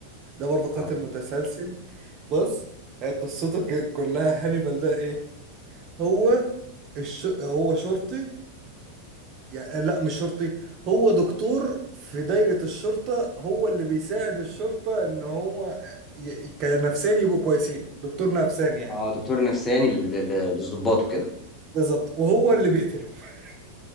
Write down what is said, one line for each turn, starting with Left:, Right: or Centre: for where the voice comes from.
Right: ده برضه قاتل
Left: اه
Right: متسلسل بص هي قصته ك- كلها هانيبال ده ايه هو الش... هو شرطي يعني لا مش شرطي هو دكتور في دايرة الشرطة هو اللي بيساعد الشرطة ان هو آه، ي... كنفساني يبقوا كويسين دكتور نفساني يعني
Left: اه دكتور نفساني لل- لل- للضباط وكده
Right: بالظبط وهو اللي بيقتلهم <laughs>